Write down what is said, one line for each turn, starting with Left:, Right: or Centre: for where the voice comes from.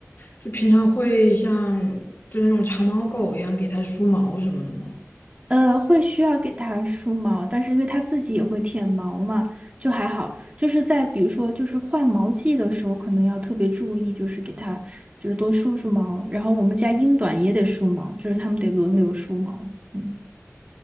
Left: 就平常会像就是那种长毛狗一样给它梳毛什么的嘛，
Right: 呃，会需要给它梳毛，但是因为它自己也会舔毛嘛，就还好。就是在比如说，就是换毛季的时候，可能要特别注意，就是给它就是多梳梳毛。然后我们家英短也得梳毛，就是它们得轮流梳毛。嗯